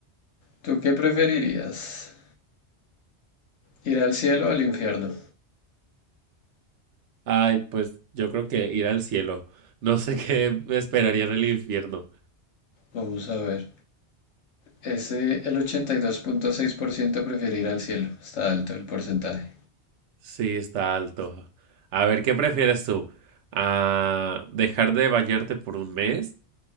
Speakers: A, on the left (about 85°); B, on the right (about 80°).
A: ¿Tú qué preferirías? ¿Ir al cielo o al infierno?
B: Ay, pues yo creo que ir al cielo. No sé <laughs> qué me esperaría en el infierno.
A: Vamos a ver. Ese, el 82.6% preferir al cielo. Está alto el porcentaje.
B: Sí, está alto. A ver, ¿qué prefieres tú? ¿A dejar de bañarte por un mes